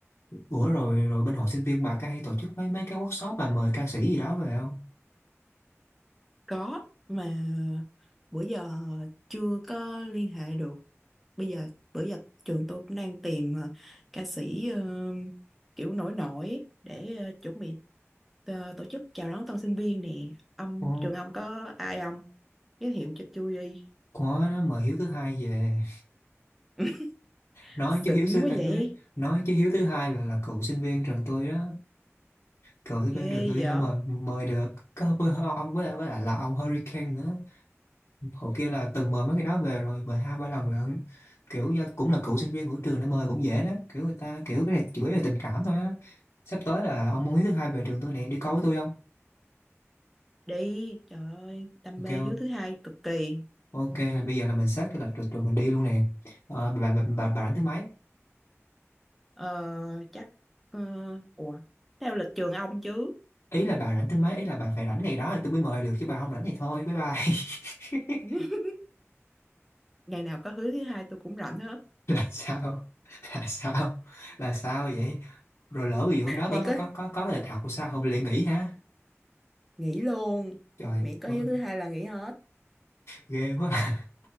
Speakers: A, on the left (about 70°); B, in the centre.
A: ủa rồi rồi bên hội sinh viên bà có hay tổ chức mấy mấy cái workshop mà mời ca sĩ gì đó về không
B: có mà bữa giờ chưa có liên hệ được bây giờ bữa giờ trường tôi cũng đang tìm ờ, ca sĩ ờ, kiểu nổi nổi để ờ, chuẩn bị ờ, tổ chức chào đón tân sinh viên nè ông
A: ồ
B: trường ông có ai không giới thiệu cho tôi đi
A: có nó mời Hiếu thứ hai về
B: <laughs>
A: nói
B: xịn
A: chứ Hiếu sư
B: quá
A: tận
B: vậy
A: nói, nói chứ Hiếu thứ hai là là cựu sinh viên trường tôi đó cựu sinh
B: ghê
A: viên trường tôi
B: vậy
A: nên mời mời được có với với ông với với lại là ông Hurricane nữa hồi kia là từng mời mấy cái đó về rồi mời hai ba lần lận kiểu do cũng là cựu sinh viên của trường nên mời cũng dễ lắm kiểu người ta kiểu cái này chủ yếu là tình cảm thôi á sắp tới là ông Hiếu thứ hai về trường tôi nè đi coi với tôi không
B: đi trời ơi đam
A: ok
B: mê hiếu thứ hai cực kỳ
A: ok bây giờ là mình xét cái lịch rồi, rồi mình đi luôn nè Ờ, bà, bà, bà, bà rảnh thứ mấy
B: ờ chắc ờ ủa theo lịch trường ông chứ
A: ý là bà rảnh thứ mấy ý là bà phải rảnh ngày đó thì tôi mới mời được chứ bà không rảnh thì thôi bye bye <laughs>
B: <laughs> ngày nào có hứa thứ hai tôi cũng rảnh hết
A: <laughs> là sao là sao là sao vậy rồi lỡ ví dụ hôm đó
B: miễn
A: có có
B: có
A: có có có cái lịch học sao không lại nghỉ hả
B: nghỉ luôn
A: trời
B: miễn có
A: ơi
B: hứa thứ hai là nghỉ hết
A: ghê quá <laughs>